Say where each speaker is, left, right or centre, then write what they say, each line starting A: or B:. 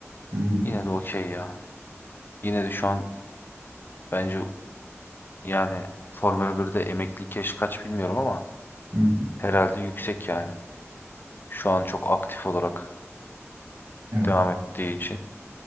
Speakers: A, on the right; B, on the left.
A: Hı hı.
B: yine de okey ya. Yine de şu an bence yani Formula 1'de emeklilik yaşı kaç bilmiyorum ama
A: Hı hı.
B: herhalde yüksek yani. Şu an çok aktif olarak
A: Evet.
B: devam ettiği için